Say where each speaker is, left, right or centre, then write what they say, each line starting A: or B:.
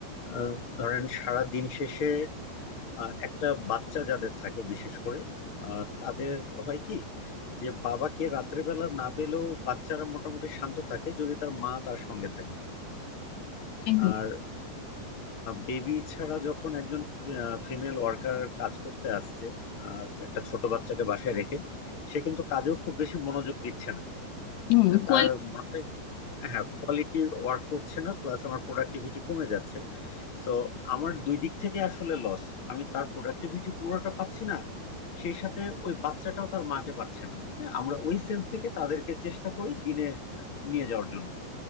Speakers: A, on the left; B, on the left.
A: আহ, ধরেন সারা দিন শেষে আহ, একটা বাচ্চা যাদের থাকে বিশেষ করে আহ, তাদের হয় কি যে বাবাকে রাত্রেবেলা না পেলেও বাচ্চারা মোটামুটি শান্ত থাকে যদি তার মা তার সঙ্গে থাকে
B: একদম
A: আর বেবি ছাড়া যখন একজন ফিমেল ওয়ার্কার কাজ করতে আসছে আহ, একটা ছোট বাচ্চাকে বাসায় রেখে সে কিন্তু কাজেও খুব বেশি মনোযোগ দিচ্ছে না
B: হুম
A: হ্যাঁ,
B: কোয়ালিফাইড
A: তার মাথায় হ্যাঁ কোয়ালিটির ওয়ার্ক করছে না প্লাস আমার প্রোডাক্টিভিটি কমে যাচ্ছে সো আমার দুই দিক থেকে আসলে লস আমি তার প্রোডাক্টিভিটি পুরোটা পাচ্ছি না সেই সাথে ওই বাচ্চাটাও তার মাকে পাচ্ছে না হ্যাঁ, আমরা ওই সেন্স থেকে তাদেরকে চেষ্টা করি দিনে আহ, নিয়ে যাওয়ার জন্য